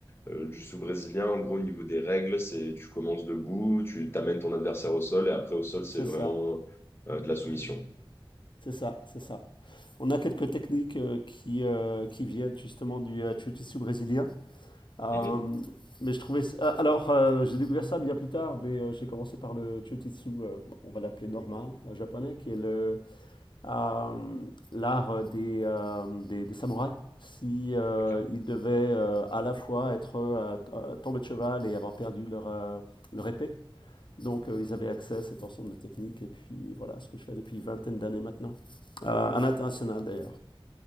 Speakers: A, on the left; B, on the left.
A: Euh, du jiu brésilien en gros au niveau des règles c'est tu commences debout, tu t'amènes ton adversaire au sol et après au sol c'est
B: C'est
A: vraiment
B: ça,
A: euh, de la soumission.
B: c'est ça, c'est ça. On a quelques techniques euh, qui, euh, qui viennent justement du euh, jiu-jitsu brésilien. Euh,
A: Mhm.
B: mais je trouvais. ça- ah, Alors, euh, j'ai découvert ça bien plus tard, mais euh, j'ai commencé par le jiu-jitsu, euh, on va l'appeler normal, euh, japonais, qui est le euh, l'art des, euh, des, des samouraïs. Si euh,
A: Ok.
B: ils devaient euh, à la fois être euh, t- euh, tombés de cheval et avoir perdu leur, euh, leur épée. Donc euh, ils avaient accès à cet ensemble de techniques et puis voilà ce que je fais depuis une vingtaine d'années maintenant. Euh, à l'international d'ailleurs.